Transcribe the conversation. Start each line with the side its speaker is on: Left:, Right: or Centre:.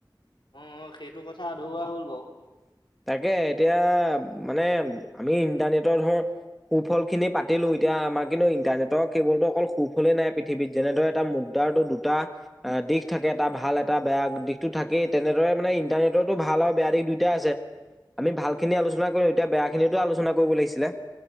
Left: অ সেইটো কথা আধৰুৱা হ'ল বাৰু
Centre: তাকে, এতিয়া। মানে আমি ইন্টাৰনেটৰ ধৰ সুফল খিনি পাতিলো <unintelligible> এতিয়া আমাৰ কিন্তু ইন্টাৰনেটৰ কেৱলতো অকল সুফলেই নাই, পৃথিৱীত যেনেদৰে এটা মুদ্ৰাৰ টো দুটা। দিশ থাকে এটা ভাল, এটা বেয়া দিশতটো থাকেই। তেনেদৰে মানে ইণ্টাৰনেটো ভাল আৰু বেয়া দিশ দুয়োটাই আছে। আমি ভাল খিনি আলোচনা কৰি-, এতিয়া বেয়া খিনিতো আলোচনা কৰিব লাগিছিলে।